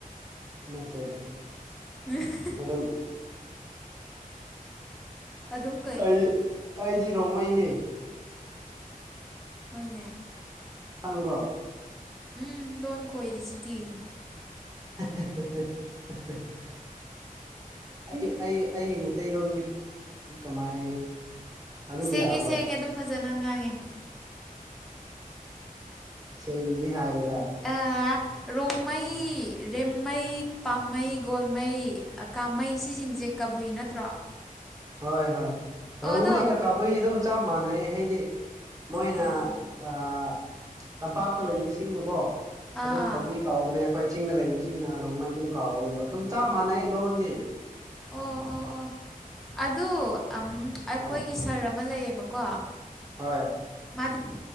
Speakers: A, on the right; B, in the centre.
A: <unintelligible>
B: <unintelligible>
A: ꯑꯗꯨꯝ
B: ꯑꯗꯨꯝ ꯀꯩ
A: ꯑꯩ ꯑꯩꯗꯤ ꯔꯣꯡꯃꯩꯅꯦ
B: ꯍꯣꯏꯅꯦ
A: ꯈꯪꯕ꯭ꯔꯣ
B: ꯎꯝ ꯂꯣꯟ ꯀꯣꯏꯔꯤꯁꯤꯗꯤ
A: <unintelligible> ꯑꯩ ꯑꯩ ꯑꯩꯒꯤ ꯃꯩꯇꯩꯂꯣꯟꯁꯦ ꯀꯃꯥꯏ ꯑꯗꯨꯝ
B: ꯁꯦꯡꯉꯦ
A: ꯌꯥꯕ꯭ꯔꯣ
B: ꯁꯦꯡꯉꯦ ꯑꯗꯨꯝ ꯐꯖꯅ ꯉꯥꯡꯉꯦ
A: ꯁꯦꯡꯗꯔ꯭ꯗꯤ ꯍꯥꯏꯌꯨꯗ
B: ꯑ ꯔꯣꯡꯃꯩ ꯔꯦꯝꯃꯩ ꯄꯥꯝꯃꯩ ꯒꯣꯜꯃꯩ ꯀꯥꯃꯩ ꯁꯤꯁꯤꯡꯁꯦ ꯀꯕꯨꯏ ꯅꯠꯇ꯭ꯔꯣ
A: ꯍꯣꯏ ꯍꯣꯏ ꯔꯣꯡꯃꯩꯒ
B: ꯑꯗꯣ
A: ꯀꯥꯕꯨꯏ ꯑꯗꯨꯝ ꯆꯞ ꯃꯥꯟꯅꯩ ꯍꯥꯏꯗꯤ ꯃꯣꯏꯅ
B: ꯑ,
A: ꯑꯥ ꯇꯝꯄꯥꯛꯇ ꯂꯩꯕꯁꯤꯡꯅꯀꯣ
B: ꯑꯥ
A: ꯑꯗꯨꯝ
B: ꯑꯥ
A: ꯀꯧꯕꯤ ꯀꯧꯕꯅꯦ ꯑꯩꯈꯣꯏ ꯆꯤꯡꯗ ꯂꯩꯕꯁꯤꯡꯅ ꯔꯣꯡꯃꯩ ꯑꯗꯨꯝ ꯀꯧꯕ ꯑꯗꯨꯝ ꯆꯞ ꯃꯥꯟꯅꯩ ꯂꯣꯟꯗꯤ
B: ꯑꯣ ꯑꯣ ꯑꯣ ꯑꯗꯨ ꯑꯝ ꯑꯩꯈꯣꯏ
A: ꯍꯣꯏ
B: ꯁꯥꯔ ꯑꯃ ꯂꯩꯌꯦꯕꯀꯣ
A: ꯍꯣꯏ
B: ꯃꯥꯗꯤ